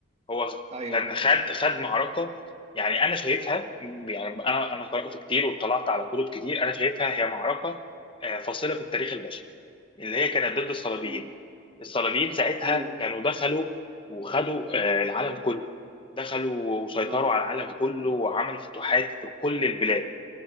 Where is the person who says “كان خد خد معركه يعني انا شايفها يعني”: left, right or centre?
Left